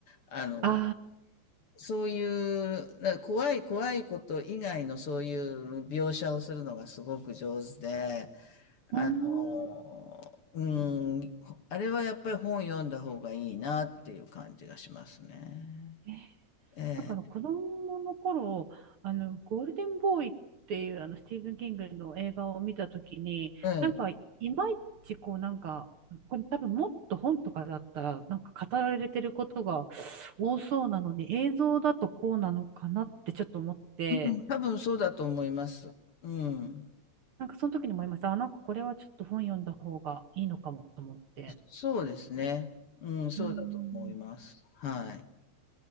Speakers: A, on the left (about 55°); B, on the right (about 55°).
A: あの、
B: あ
A: そういう、な怖い怖いこと以外のそういう描写をするのがすごく上手で、あのー、
B: あ、うーん。
A: うん、あれはやっぱり本読んだ方がいいなっていう感じがしますね。
B: えー
A: え
B: なんかあの子供の頃、あの、ゴールデンボーイっていうあのスティーブン・キングの映画を見たときに、
A: え、ええ、
B: なんかいまいちこうなんか、これ多分もっと本とかだったらなんか語られてることが多そうなのに映像だとこうなのかなってちょっと思って
A: うん、多分そうだと思います。うん、
B: なんかその時に思いました。あ、なんかこれはちょっと本読んだ方がいいのかもと思って。
A: そうですね。うん、そうだと思います。
B: うーん。
A: はい。